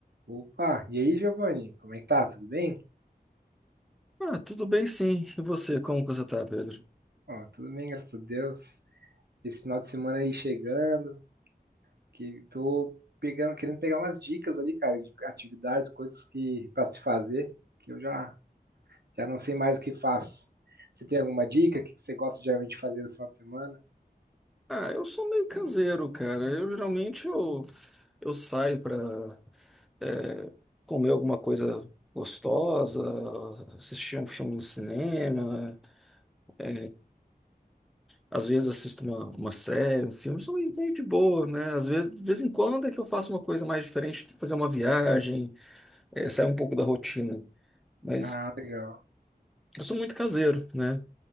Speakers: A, on the right; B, in the centre.
A: Opa, e aí, Giovanni? Como é que tá? Tudo bem?
B: Ah, tudo bem sim. E você, como que você tá, Pedro?
A: Ó, tudo bem, graças a Deus. Esse final de semana aí chegando, que tô pegando, querendo pegar umas dicas ali, cara, de atividades, coisas que para se fazer, que eu já já não sei mais o que faço. Você tem alguma dica? O que que você gosta geralmente de fazer no final de semana?
B: Ah, eu sou meio caseiro, cara. Eu geralmente eu, eu saio pra é, comer alguma coisa gostosa, assistir um filme no cinema. é, Às vezes assisto uma, uma série, um filme, sou meio meio de boa, né? Às vezes, de vez em quando é que eu faço uma coisa mais diferente, tipo fazer uma viagem, é, sair um pouco da rotina. Mas
A: Ah, legal.
B: eu sou muito caseiro, né?